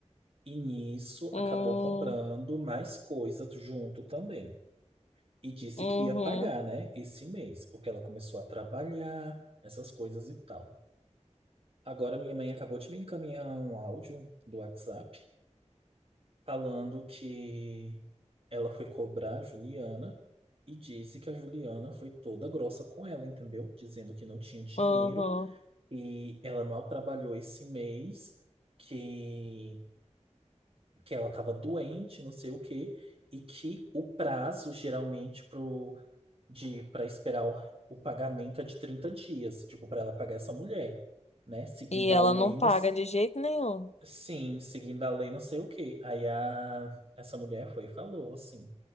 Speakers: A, on the right; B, on the left.
A: E nisso
B: uhum,
A: acabou comprando mais coisa junto também. E disse
B: uhum,
A: que ia pagar, né, esse mês, porque ela começou a trabalhar, essas coisas e tal. Agora minha mãe acabou de me encaminhar um áudio do WhatsApp falando que ela foi cobrar a Juliana e disse que a Juliana foi toda grossa com ela, entendeu? Dizendo que não tinha dinheiro
B: aham.
A: e ela mal trabalhou esse mês, que que ela estava doente, não sei o quê, e que o prazo geralmente pro, de para esperar o, o pagamento é de 30 dias, tipo, para ela pagar essa mulher, né? Seguindo
B: E ela
A: a lei
B: não paga
A: no,
B: de jeito nenhum.
A: sim, seguindo a lei não sei o quê. Aí a, essa mulher foi e falou assim: